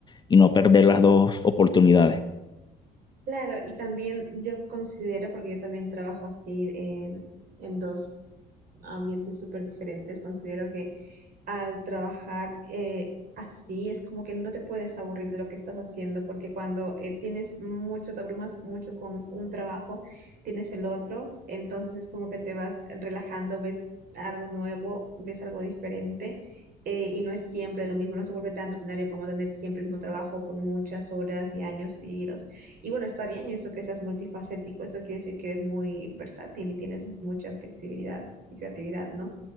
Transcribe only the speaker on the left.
y no perder las dos oportunidades.